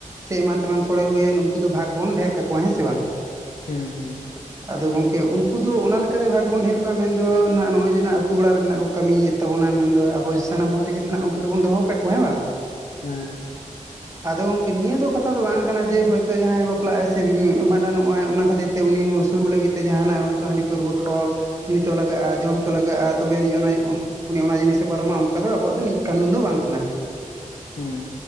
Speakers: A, on the right (about 25°); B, on the left (about 60°).
A: ᱥᱮ ᱮᱢᱟᱱ ᱛᱮᱢᱟᱱ ᱥᱳᱲᱮ ᱦᱩᱭᱮᱱ ᱩᱱᱠᱩ ᱫᱚ ᱵᱷᱟᱠᱽ ᱵᱚᱱ ᱰᱷᱮᱨ ᱠᱟᱠᱚᱣᱟ ᱦᱮᱸ ᱥᱮ ᱵᱟᱝ
B: ᱦᱩᱸ ᱦᱩᱸ
A: ᱟᱫᱚ ᱜᱚᱝᱠᱮ ᱩᱱᱠᱩ ᱫᱚ ᱚᱱᱟ ᱞᱮᱠᱟᱛᱮ ᱵᱷᱟᱜᱽ ᱵᱚᱱ ᱰᱷᱮᱨ ᱠᱚᱣᱟ ᱢᱮᱱᱫᱚ ᱱᱟᱜ ᱱᱚᱜᱼᱚᱭ ᱡᱮᱱᱟᱜ ᱟᱹᱛᱩ ᱚᱲᱟᱜ ᱨᱮᱱᱟᱜ ᱠᱚ ᱠᱟᱢᱤᱭᱮᱫ ᱛᱟᱵᱚᱱᱟ ᱢᱮᱱᱫᱚ ᱟᱵᱚ ᱥᱟᱱᱟᱢ ᱦᱚᱲ ᱛᱮᱜᱮ ᱛᱚᱱᱟᱜ ᱩᱱᱠᱩ ᱫᱚᱵᱚᱱ ᱫᱚᱦᱚ ᱟᱠᱟᱫ ᱠᱚᱣᱟ ᱦᱮᱸ ᱵᱟᱝ
B: ᱦᱮᱸ
A: ᱟᱫᱚ ᱜᱚᱝᱠᱮ ᱱᱤᱭᱟ ᱫᱚ ᱠᱟᱛᱷᱟ ᱫᱚ ᱵᱟᱝ ᱠᱟᱱᱟ ᱡᱮ ᱦᱳᱭᱛᱳ ᱡᱟᱦᱟᱸᱭ ᱵᱟᱯᱞᱟᱜᱼᱟᱭ ᱥᱮ ᱵᱷᱟᱰᱟᱱᱚᱜᱼᱟᱭ ᱚᱱᱟ ᱠᱷᱟᱛᱤᱨ ᱛᱮ ᱩᱱᱤ ᱥᱩᱨᱩᱜ ᱞᱟᱹᱜᱤᱫ ᱛᱮ ᱡᱟᱦᱟᱱᱟᱜ ᱠᱟ ᱦᱟᱺᱰᱤ ᱯᱟᱹᱨᱣᱟᱹ ᱠᱚ ᱧᱩ ᱪᱚ ᱞᱟᱜᱟᱜᱼᱟ ᱡᱚᱢ ᱪᱚ ᱞᱟᱜᱟᱜᱼᱟ ᱛᱚᱵᱮ ᱟᱱᱤᱡ ᱚᱱᱟ ᱩᱱᱤ ᱚᱱᱟ ᱡᱤᱱᱤᱥᱮ ᱯᱟᱨᱚᱢᱼᱟ ᱚᱱᱠᱟ ᱫᱚ ᱟᱵᱚᱣᱟᱜ ᱫᱚ ᱱᱤᱠ ᱠᱟᱱᱩᱱ ᱫᱚ ᱵᱟᱝ ᱠᱟᱱᱟ
B: ᱦᱩᱸ